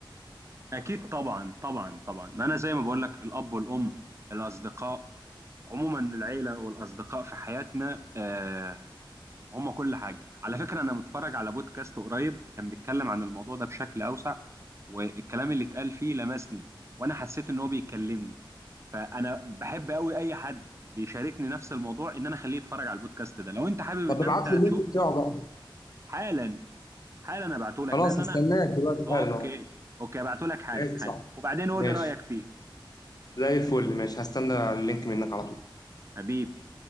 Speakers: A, on the right; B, on the left.
A: اكيد طبعا طبعا طبعا ما انا زي ما بقول لك الاب والام الاصدقاء عموما العيله والاصدقاء في حياتنا آه هم كل حاجه على فكره انا متفرج على بودكاست قريب كان بيتكلم عن الموضوع ده بشكل اوسع والكلام اللي اتقال فيه لمسني وانا حسيت ان هو بيكلمني فانا بحب قوي اي حد بيشاركني نفس الموضوع ان انا اخليه يتفرج على البودكاست ده لو انت حابب
B: طب
A: ان
B: ابعت
A: انت
B: لي اللينك
A: تشوف
B: بتاعه بقى
A: حالا حالا ابعته لك
B: خلاص
A: لان
B: هستناك
A: انا
B: دلوقتي
A: اوكي
B: حالا اهو.
A: اوكي هبعته لك حالا
B: ماشي
A: حالا
B: صح
A: وبعدين قول
B: ماشي
A: لي رايك فيه
B: زي الفل ماشي هستنى اللينك منك على طول
A: حبيبي